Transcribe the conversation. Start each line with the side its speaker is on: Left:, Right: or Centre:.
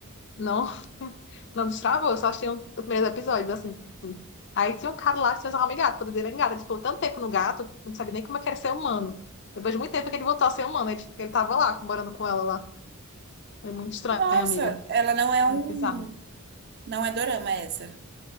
Left: não, <laughs> não destravou, eu só achei os os primeiros episódios, assim. Aí tinha um cara lá que se transformava em gato, poder dele era gato. Ele ficou tanto tempo no gato, não sabia nem como é que era ser humano. Depois de muito tempo que ele voltou a ser humano, ele, ele tava lá, morando com ela lá. É muito estranho,
Right: Nossa,
Left: amiga.
Right: ela não é um.
Left: Muito bizarro.
Right: Não é dorama essa.